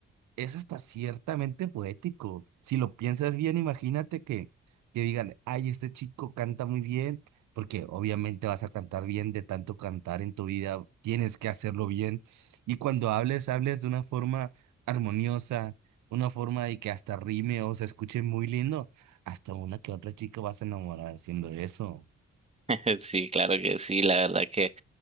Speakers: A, on the right; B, on the right.
A: es hasta ciertamente poético. Si lo piensas bien, imagínate que, que digan, ay, este chico canta muy bien, porque obviamente vas a cantar bien de tanto cantar en tu vida, tienes que hacerlo bien. Y cuando hables, hables de una forma armoniosa, una forma de que hasta rime o se escuche muy lindo. Hasta una que otra chica vas a enamorar haciendo eso.
B: <laughs> Sí, claro que sí, la verdad que...